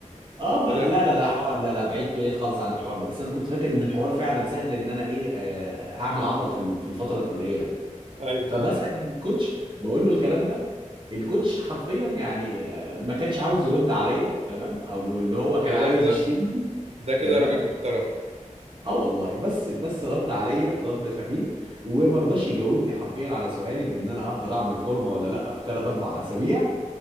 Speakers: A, on the right; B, on the right.
A: اه بقى
B: خد الحقن
A: لا لا لا حوار لا لا بعيد بعيد خالص عن الحوار ده بس انا كنت فاكر ان الحوار فعلا سهل ان انا ايه آه، اعمل عضل في ال- في الفتره القليله دي
B: ايوه
A: فبسال الكوتش بقول له الكلام ده الكوتش حرفيا يعني آه، ما كانش عاوز يرد عليا تمام او اللي هو كان
B: هو
A: عايز
B: ده كده
A: يشتمني
B: ده كده
A: تمام
B: راجل محترم
A: اه والله بس بس رد عليا رد خفيف وما رضاش يجاوبني حرفيا على سؤالي بان انا اقدر اعمل فورمه ولا لا في ثلاث اربع اسابيع